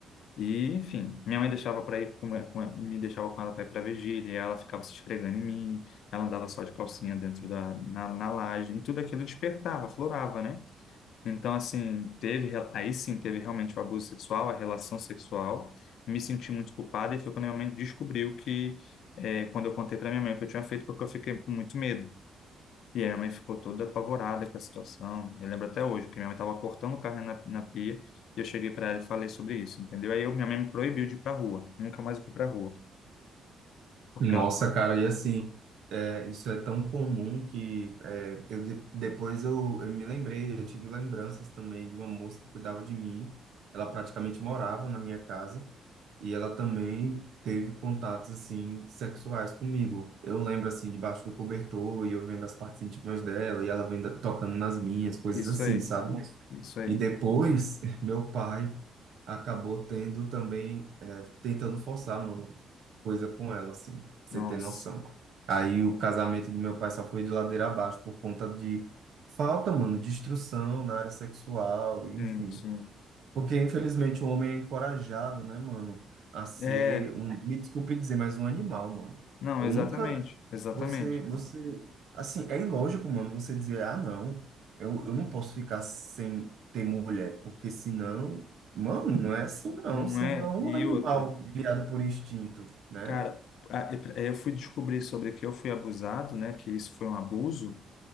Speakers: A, on the left (about 75°); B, on the right (about 70°).
A: E, enfim, minha mãe deixava para ir com, com- me deixava com ela para ir para vigília, e ela ficava se esfregando em mim, ela andava só de calcinha dentro da na, na laje, e tudo aquilo despertava, florava, né? Então, assim, teve, re- aí sim teve realmente o abuso sexual, a relação sexual. Me senti muito culpada e foi quando minha mãe descobriu que, eh, quando eu contei para minha mãe o que eu tinha feito, porque eu fiquei com muito medo. E aí minha mãe ficou toda apavorada com a situação. Eu lembro até hoje que minha mãe estava cortando carne na, na pia e eu cheguei para ela e falei sobre isso, entendeu? Aí eu, minha mãe me proibiu de ir para rua. Nunca mais eu fui para rua. Porque
B: Nossa,
A: ela,
B: cara, e assim, é, isso é tão comum que é, eu de- depois eu, eu me lembrei, eu tive lembranças também de uma moça que cuidava de mim. Ela praticamente morava na minha casa e ela também teve contatos assim sexuais comigo. Eu lembro assim debaixo do cobertor e eu vendo as partes íntimas dela e ela vendo tocando nas minhas, coisas
A: isso
B: assim,
A: aí,
B: sabe?
A: isso aí.
B: E depois, <laughs> meu pai acabou tendo também, é, tentando forçar, mano coisa com ela, assim, pra você
A: Nossa,
B: ter noção. Aí o casamento do meu pai só foi de ladeira abaixo por conta de falta, mano, de instrução na área sexual, enfim.
A: sim, sim.
B: Porque, infelizmente, o homem é encorajado, né, mano, a ser
A: É,
B: um, me desculpe dizer, mas um animal, mano.
A: não,
B: Eu
A: exatamente,
B: nunca,
A: exatamente.
B: você, você, assim, é ilógico, mano, você dizer, ah, não, eu, eu não posso ficar sem ter mulher, porque senão, mano, não é assim, não,
A: Não
B: você
A: é?
B: não é um
A: E
B: animal
A: outra.
B: guiado por instinto, né?
A: Cara, a- e- eu fui descobrir sobre que eu fui abusado, né? Que isso foi um abuso,